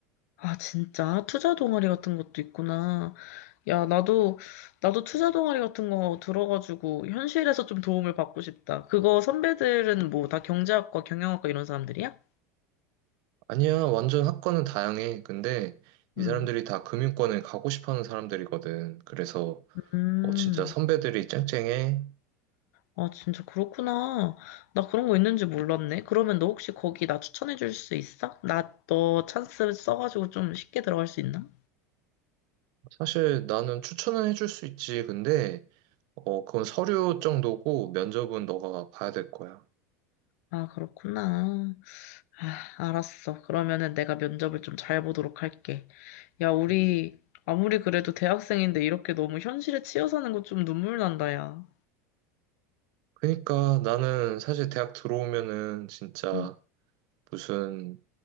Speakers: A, on the left (about 70°); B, on the right (about 55°).
A: 아, 진짜? 투자 동아리 같은 것도 있구나. 야, 나도, 나도 투자 동아리 같은 거 들어가지고 현실에서 좀 도움을 받고 싶다. 그거 선배들은 뭐 다 경제학과, 경영학과 이런 사람들이야?
B: 아니야, 완전 학과는 다양해. 근데 이
A: 음.
B: 사람들이 다 금융권에 가고 싶어 하는 사람들이거든. 그래서
A: 음.
B: 어, 진짜 선배들이 짱짱해.
A: 아, 진짜 그렇구나. 나 그런 거 있는지 몰랐네. 그러면 너 혹시 거기 나 추천해 줄 수 있어? 나 너 찬스 써가지고 좀 쉽게 들어갈 수 있나?
B: 사실 나는 추천은 해줄 수 있지. 근데, 어, 그건 서류 정도고 면접은 너가 봐야 될 거야.
A: 아, 그렇구나. 아, 알았어. 그러면은 내가 면접을 좀 잘 보도록 할게. 야, 우리
B: 음.
A: 아무리 그래도 대학생인데 이렇게 너무 현실에 치여 사는 거 좀 눈물 난다, 야.
B: 그러니까 나는 사실 대학 들어오면은 진짜
A: 응,
B: 무슨